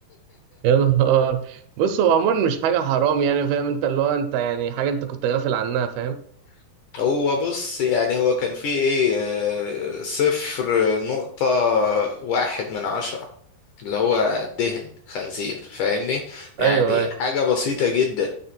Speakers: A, on the right; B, on the left.
A: يا نهار بص هو عموما مش حاجة حرام يعني فاهم انت اللي هو انت يعني حاجة انت كنت غافل عنها فاهم
B: <laughs> هو بص يعني هو كان فيه ايه آه، صفر نقطة واحد من عشرة اللي هو دهن خنزير فاهمني يعني
A: ايوه ايوه
B: حاجة بسيطة جدا